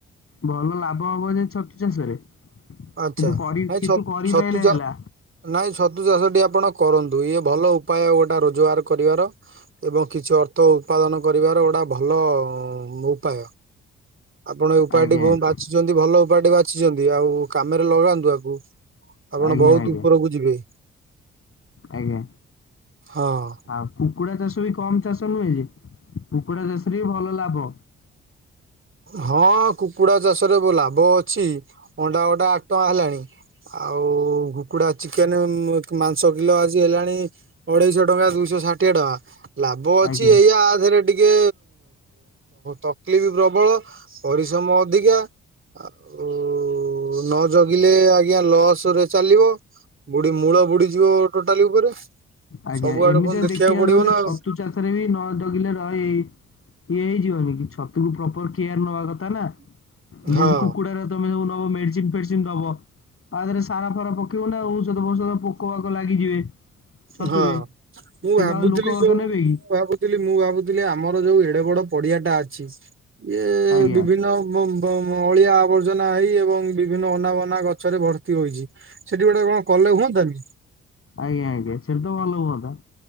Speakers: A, on the left (about 45°); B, on the right (about 40°).
A: ଭଲ ଲାଭ ହବ ଯେ ଛତୁ ଚାଷରେ କିନ୍ତୁ
B: ଆଚ୍ଛା
A: କରି
B: ନାଇଁ
A: କିନ୍ତୁ
B: ଛ
A: କରିପାରିଲେ
B: ଛତୁ ଚା
A: ହେଲା।
B: ନାଇଁ ଛତୁ ଚାଷଟି ଆପଣ କରନ୍ତୁ। ଇଏ ଭଲ ଉପାୟ ଗୋଟେ ରୋଜଗାର କରିବାର। ଏବଂ କିଛି ଅର୍ଥ ଉତ୍ପାଦନ କରିବାର ଗୋଟା ଭଲ।। ଉପାୟ ଆପଣ ଏ ଉପାୟଟି
A: ଆଜ୍ଞା ଆଜ୍ଞା
B: ବ ବାଛିଛନ୍ତି ଭଲ ଉପାୟଟି ବାଛିଛନ୍ତି ଆଉ। କାମରେ ଲଗାନ୍ତୁ ଆକୁ ଆପଣ
A: ଆଜ୍ଞା
B: ବହୁତ
A: ଆଜ୍ଞା
B: ଉପରକୁ ଯିବେ।
A: ଆଜ୍ଞା
B: ହଁ
A: ଆଉ। କୁକୁଡା ଚାଷ ବି କମ୍ ଚାଷ ନୁହେଁ ଯେ କୁକୁଡା ଚାଷରେ ବି ଭଲ ଲାଭ।
B: ହଁ କୁକୁଡା ଚାଷରେ ଲାଭ ଅଛି ଅଣ୍ଡା ଅଟା ଆଠ ଟଙ୍କା ହେଲାଣି। ଆଉ କୁକୁଡା ଚିକେନ ମାଂସ କିଲୋ ଆଜି ହେଲାଣି। ଅଢେଇଶହ ଟଙ୍କା ଦୁଇଶହ ଷାଠିଏ ଟଙ୍କା। ଲାଭ ଅଛି
A: ଆଜ୍ଞା
B: ଏଇା ଆଥରେ ଟିକେ ତକଲିଫ ପ୍ରବଳ। ପରିଶ୍ରମ ଅଧିକା। ଆଉ ନ ଜଗିଲେ ଆଜ୍ଞା ଲସ ରେ ଚାଲିବ। ବୁଢ ମୂଳ ବୁଡିଯିବ ଟୋଟାଲି ଉପରେ।
A: ଆଜ୍ଞା
B: ସବୁଆଡେ
A: ଏମିତିଆ
B: ପୁଣି
A: ଦେଖିବାକୁ
B: ପଡିବ
A: ଗଲେ
B: ନା
A: ଛତୁ
B: ଆଉ
A: ଚାଷରେ ବି ନ ଡଗିଲେ ରହଇ। ଇଏ ହେଇଯିବନି କି ଛତୁକୁ ପ୍ରପର କେୟାର ନବା କଥା ନା ଯେମତି
B: ହଁ
A: କୁକୁଡାର। ତମେ ସବୁ ନବ ମେଡିସିନ ଫେଡିସିନ ଦବ। ତାହରେ ସାରା ଫାରା ପକିବୁ ନା ସତ ବଷ ପୋକ ଫୋକ ଲାଗିଯିବେ। ଛତୁରେ
B: ହଁ ମୁଁ
A: ସେ
B: ଭାବୁଥିଲି
A: କଣ ଆଉ ଲୋକ ବାକ
B: ଯୋଉ
A: ନେବେ
B: ମୁଁ
A: କି
B: ଭାବୁ।। ଥିଲ ମୁଁ ଭାବୁଥିଲି ଆମର ଯୋଉ ଏଡେ ବଡ ପଡିଆଟା ଅଛି। ଇଏ
A: ଆଜ୍ଞା
B: ବିଭିନ୍ନ।। ଅଳିଆ ଆବର୍ଜନା ହେଇ ଏବଂ ବିଭିନ୍ନ ଅନାବନା ଗଛରେ ଭର୍ତ୍ତି ହୋଇଛି। ସେଠି ଗୋଟେ କଣ କଲେ ହୁଅନ୍ତାନି।
A: ଆଜ୍ଞ ଆଜ୍ଞେ ସେଥିତ ଭଲ ହୁଅନ୍ତା।